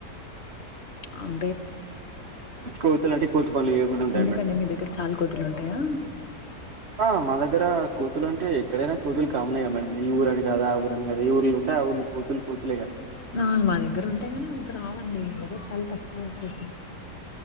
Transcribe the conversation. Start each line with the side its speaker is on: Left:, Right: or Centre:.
Left: అం
Right: కోతులు అంటే కోతి పనులు చేయకుండా ఉంటాయా
Left: ఎందుకండి
Right: మేడం
Left: మీ దగ్గర చాలా కోతులు ఉంటాయా
Right: ఆ మా దగ్గర కోతులు అంటే ఎక్కడైనా కోతులు కామన్ ఏగా మేడం ఈ ఊరని కాదు ఆ ఊరని కాదు ఏ ఊర్లో ఉంటే ఆ ఊర్లో కోతులు కోతులు
Left: ఆ మా దగ్గర ఉంటాయి గాని అంత రావండి అదే చాలా తక్కువ కోతులు